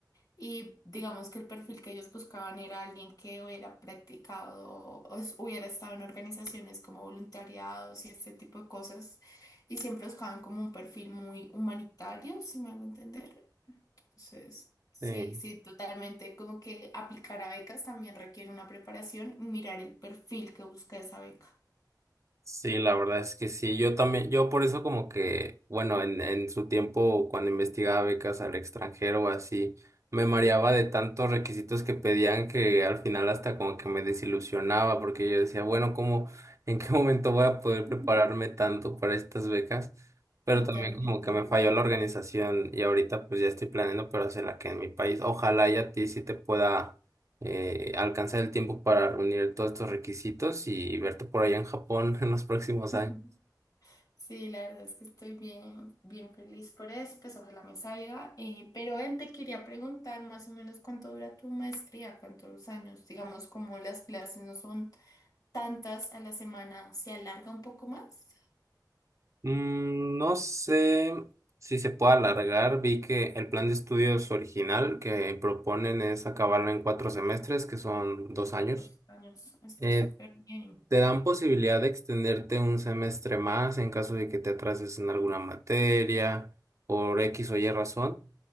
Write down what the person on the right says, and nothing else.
Sí.
Sí, la verdad es que sí. Yo también, yo por eso como que, bueno, en, en su tiempo cuando investigaba becas al extranjero o así, me mareaba de tantos requisitos que pedían que al final hasta como que me desilusionaba porque yo decía, bueno, ¿cómo, en qué <laughs> momento voy a poder prepararme
tanto para estas becas? Pero
también como que me falló la organización y ahorita pues ya estoy planeando, pero hacerla que en mi país. Ojalá y a ti sí te pueda eh, alcanzar el tiempo para reunir todos estos requisitos y verte por allá en Japón <laughs> en los próximos
años.
Mm, no sé si se puede alargar. Vi que el plan de estudios original que proponen es acabarlo en cuatro semestres, que son dos años.
Eh,
te dan posibilidad de extenderte un semestre más en caso de que te atrases en alguna materia por X o Y razón.